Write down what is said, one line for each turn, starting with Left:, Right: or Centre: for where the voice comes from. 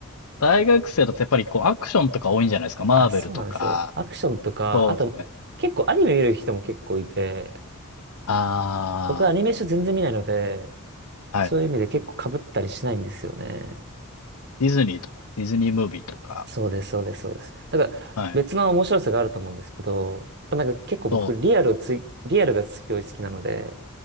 Left: 大学生だとやっぱりこう、アクションとか多いんじゃないですか。マーベルとか、
Right: あ、そうなんですよ。アクションとか、
Left: そうですね。
Right: あと、結構アニメ見る人も結構いて、
Left: あ
Right: 僕はアニメーション全然見ないので、
Left: あ、
Right: そういう意味で結構被ったりしないんですよね。
Left: はい。ディズニーとか、ディズニームービーとか、
Right: そうです、そうです、そうです。だから別の面白さがあると思うんですけど、
Left: はい。
Right: やっぱなんか結構僕リアルをつい、
Left: そうですね。
Right: リアルがすごい好きなので、